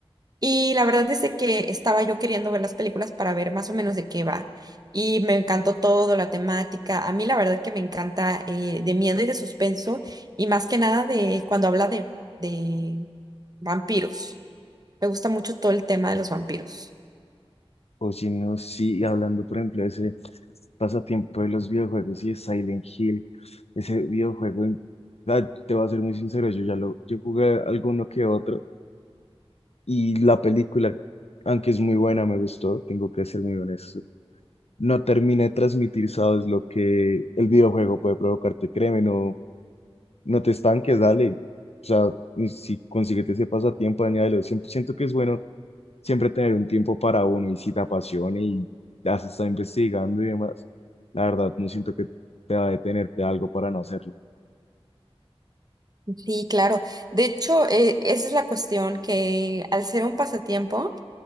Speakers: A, on the right (about 40°); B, on the left (about 85°).
A: Y la verdad es de que estaba yo queriendo ver las películas para ver más o menos de qué va. Y me encantó todo, la temática. A mí la verdad que me encanta eh, de miedo y de suspenso y más que nada de cuando habla de, de vampiros. Me gusta mucho todo el tema de los vampiros.
B: O si no, sí, hablando, por ejemplo, de ese pasatiempo de los videojuegos y de Silent Hill, ese videojuego, en- ah, te voy a ser muy sincero, yo ya lo, yo jugué alguno que otro y la película, aunque es muy buena, me gustó, tengo que ser muy honesto no termina de transmitir, sabes, lo que el videojuego puede provocarte, créeme, no, no te estanques, dale. O sea, si consíguete ese pasatiempo, añádelo. Siempre, siento que es bueno siempre tener un tiempo para uno y si te apasiona y has estado investigando y demás, la verdad, no siento que te va a detenerte algo para no hacerlo.
A: Sí, claro. De hecho, eh, esa es la cuestión que al ser un pasatiempo,